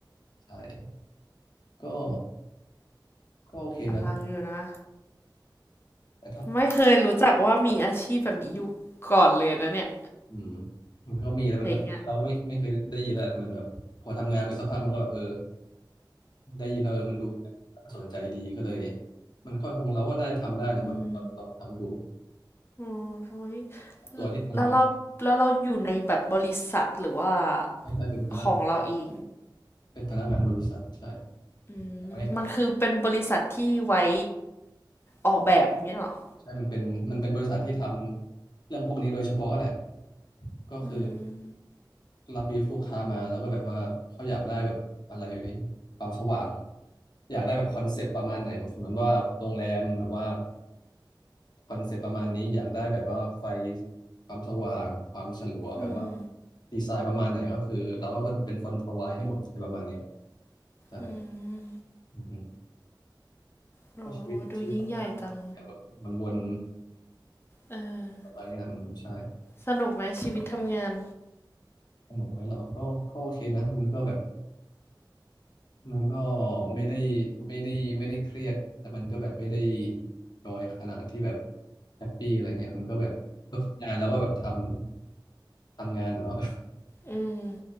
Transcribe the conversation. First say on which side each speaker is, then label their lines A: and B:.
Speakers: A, on the left (about 60°); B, on the left (about 30°).
A: ใช่ก็ก็โอเคนะ
B: อลังอยู่นะ
A: แต่ถ้า
B: ไม่เคยรู้จักว่ามีอาชีพแบบนี้อยู่ก่อนเลยนะเนี่ย
A: อืมมันก็มีแล้วมันก็เราก็ไม่ไม่เคยได้ยินแล้วมันแบบพอทำงานไปสักพักมันก็แบบเออ
B: เจ๋งอ่ะ
A: ได้ยินแล้วเออมันดูน่าสนใจดีก็เลยมันก็คงเราก็น่าจะทำได้แหละมั้งก็ลองทำดู
B: อืมโอ้ย
A: ตัวที่ยังไม่
B: แล้วเราแล้วเราอยู่ในแบบบริษัทหรือว่า
A: ใช่เป็นพนัก
B: ของเราเอง
A: เป็นพนักงานบริษัทใช่
B: อืมมันคือเป็นบริษัทที่ไว้
A: ยังไม่ได้ท
B: ออกแบบเงี้ยเหรอ
A: ใช่มันเป็นมันเป็นบริษัทที่ทำเรื่องพวกนี้โดยเฉพาะแหละก็คือ
B: อืม
A: รับบีฟลูกค้ามาแล้วก็แบบว่าเขาอยากได้แบบอะไรความสว่างอยากได้แบบคอนเซปต์ประมาณไหนแบบเหมือนว่าโรงแรมแบบว่าคอนเซปต์ประมาณนี้อยากได้แบบว่าไฟความสว่างความฉลัวแบบว่า
B: อืม
A: ดีไซน์ประมาณไหนก็คือเราก็เป็นคน provide ให้หมดอะไรประมาณเนี้ยใช่
B: อืม
A: อือฮึ
B: โอ้โหดูยิ่งใหญ่จัง
A: ก็ชีวิตชีวิตทำงานก็แบบมันวน
B: เออ
A: ประมาณนี้แหละอืมใช่
B: สนุกไหมชีวิตทำงาน
A: สนุกไหมหรอก็ก็โอเคนะมันก็แบบ มันก็ไม่ได้ไม่ได้ไม่ได้เครียดแต่มันก็แบบไม่ได้จอยขนาดที่แบบแฮปปี้อะไรเงี้ยมันก็แบบก็คืองานแล้วก็แบบทำทำงานอะเนาะ
B: อืม